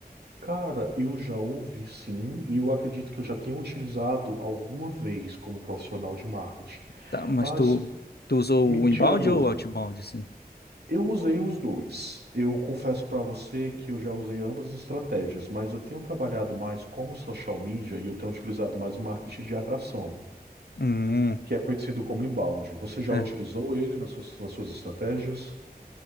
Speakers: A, on the right; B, on the left.
A: Cara, eu já ouvi sim, e eu acredito que eu já tenha utilizado alguma vez como profissional de marketing.
B: Tá, mas
A: Mas
B: tu, tu usou
A: me
B: o
A: tira
B: inbound
A: a dúvida.
B: ou o outbound, assim?
A: Eu usei os dois. Eu confesso para você que eu já usei ambas as estratégias, mas eu tenho trabalhado mais como social media e eu tenho utilizado mais o marketing de atração,
B: Hum,
A: que é conhecido como inbound. Você já
B: é.
A: utilizou ele nas suas nas suas estratégias?